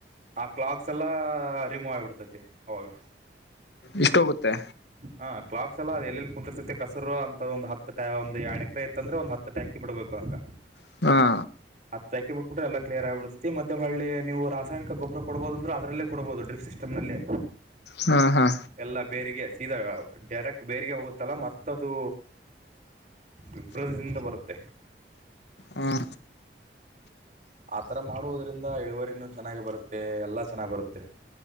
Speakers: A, on the right; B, on the left.
A: ಆ ಕ್ಲಾಕ್ಸ್ ಎಲ್ಲಾ ರಿಮೂವ್ ಆಗಿಬಿಡ್ತೈತಿ ಅವಾಗ.
B: ಇಷ್ಟೋಗುತ್ತೆ
A: ಹಾ ಕ್ಲಾಕ್ ಎಲ್ಲ ಅ ಎಲ್ಲಿ ಕುಂತಿರ್ತೈತೆ ಕಸರು ಅಂತ ಒಂದು ಹ ಒಂದ್ ಎರಡ್ ಎಕರೆ ಇತ್ತ ಅಂದ್ರೆ ಒಂದ ಹತ್ತು. ಹಾಕಿ ಬಿಡಬೇಕು ಆಗ
B: ಹಾ
A: ಹತ್ತ ಹಾಕಿ ಬಿಟ್ಬಿಟ್ರೆ ಎ ಕಲಿಯರ್ ಆಗಿಡ್ತತಿ ಮತ್ತೆ ಅಲ್ಲಿ ನೀವು ರಾಸಾಯನಿಕ ರಾಸಾಯನಿಕ ಗೊಬ್ಬರ ಕೊಡ್ಬೋದು ಅಂದ್ರ ಅದ್ರಲ್ಲೆ ಕೊಡ್ಬೋದು ಡ್ರಿಪ್ ಸಿಸ್ಟಮ್ನಲ್ಲೇ.
B: ಹಾ ಹಾ
A: ಎಲ್ಲಾ ಬೇರಿಗೆ ಸೀದಾ ಡರೆಕ್ಟ್ ಬೇರಿಗೆ ಹೋಗುತ್ತಲ್ಲ ಮತ್ತದು ವಿಭ್ರದಿಂದ ಬರುತ್ತೆ.
B: ಹಾ
A: ಆತರ ಮಾಡುವುದರಿಂದ ಇಳುವರಿನ್ನು. ಚೆನ್ನಾಗಿ ಬರುತ್ತೆ ಎಲ್ಲ ಚೆನ್ನಾಗ್ ಬರುತ್ತೆ.